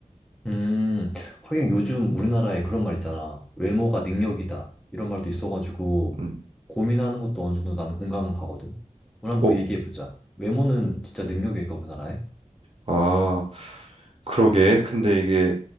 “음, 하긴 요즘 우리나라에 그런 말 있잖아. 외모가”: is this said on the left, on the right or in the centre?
Centre